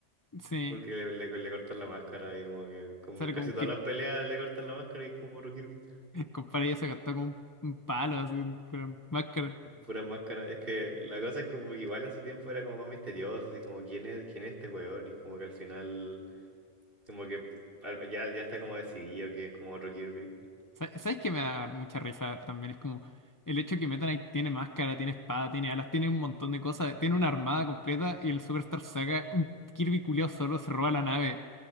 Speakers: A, on the left; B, on the right.
A: Sí,
B: porque le, le- le cortan la máscara y como que como
A: sale
B: en casi
A: como
B: todas
A: que
B: las peleas le cortan la máscara y es como otro Kirby.
A: el compadre ya se gastó con un, un palo, así, fuera máscara.
B: Puras máscaras. Es que la cosa es que igual en su tiempo era como más misterioso, así como quién es, quién es este weón, y como que al final, como que al- ya, ya está como decidido que es como otro Kirby.
A: Sa- ¿Sabes qué me da mucha risa también? Es como el hecho que Meta Knight tiene máscara, tiene espada, tiene alas, tiene un montón de cosas, tiene una armada completa y el Superstar Saga, un Kirby culiao solo se roba la nave.